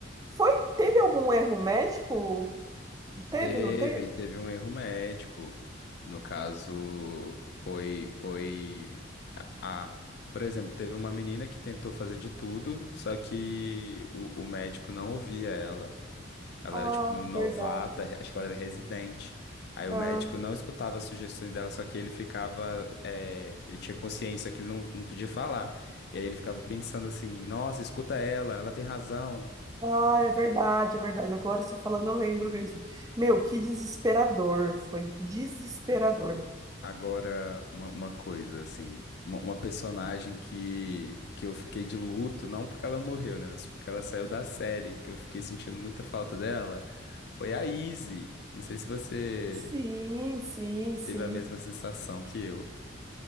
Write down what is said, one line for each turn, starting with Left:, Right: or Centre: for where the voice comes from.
Right: foi, teve algum erro médico? Teve,
Left: Teve,
Right: não teve?
Left: teve um erro médico. No caso, foi, foi a, a- por exemplo, teve uma menina que tentou fazer de tudo, só que o, o médico não ouvia ela. Ela
Right: Ah,
Left: era tipo novata,
Right: é verdade.
Left: re- acho que ela era residente. Aí
Right: Ah.
Left: o médico não escutava as sugestões dela, só que ele ficava, eh, ele tinha consciência que ele não, não podia falar. E aí ele ficava pensando assim, nossa, escuta ela, ela tem razão.
Right: Ah, é verdade, é verdade. Agora você falando, eu lembro mesmo. Meu, que desesperador. Foi desesperador.
Left: Agora, uma, uma coisa, assim, uma, uma personagem que, que eu fiquei de luto, não porque ela morreu, né, mas porque ela saiu da série, que eu fiquei sentindo muita falta dela, foi a Izzy. Não sei se você
Right: Sim, sim, sim.
Left: teve a mesma sensação que eu.